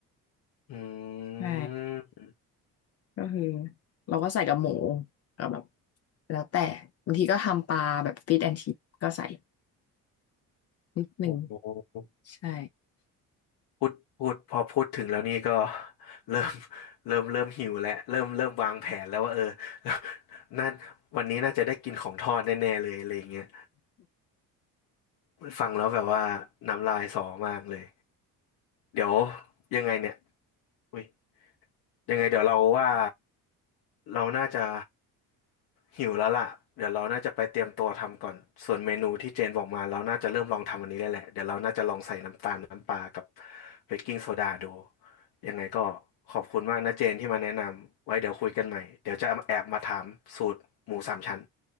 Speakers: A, on the left; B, on the left.
A: อืม
B: ใช่ ก็คือเราก็ใส่กับหมูก็แบบแล้วแต่บางทีก็ทำปลาแบบฟิชแอนชิปก็ใส่นิดนึง
A: โอ้โห
B: ใช่
A: พูดพูดพอพูดถึงแล้วนี่ก็เริ่ม <laughs> เริ่มเริ่มหิวแล้วเริ่มเริ่มวางแผนแล้วว่าเออ <laughs> นั่นวันนี้น่าจะได้กินของทอดแน่ๆเลยอะไรอย่างเงี้ยฟังแล้วแบบว่าน้ำลายสอมากเลยเดี๋ยวยังไงเนี่ย อุ้ยยังไงเดี๋ยวเราว่าเราน่าจะหิวแล้วล่ะเดี๋ยวเราน่าจะไปเตรียมตัวทำก่อนส่วนเมนูที่เจนบอกมาเราน่าจะเริ่มลองทำอันนี้ได้แหละเดี๋ยวเราน่าจะลองใส่น้ำตาลน้ำปลากับเบกกิ้งโซดาดูยังไงก็ขอบคุณมากนะเจนที่มาแนะนำไว้เดี๋ยวคุยกันใหม่เดี๋ยวจะแอบมาถามสูตรหมูสามชั้น